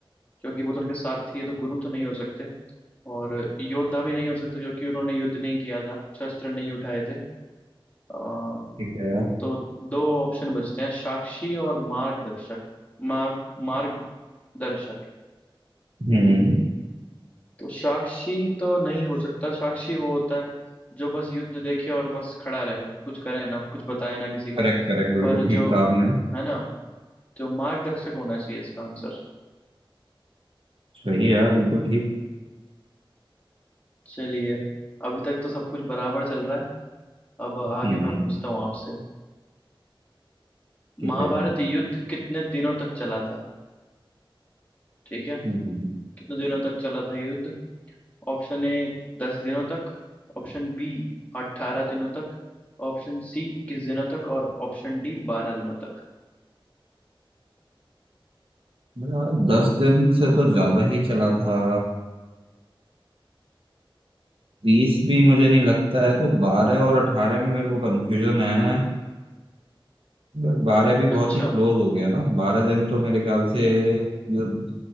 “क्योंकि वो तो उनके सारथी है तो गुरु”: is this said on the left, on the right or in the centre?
Left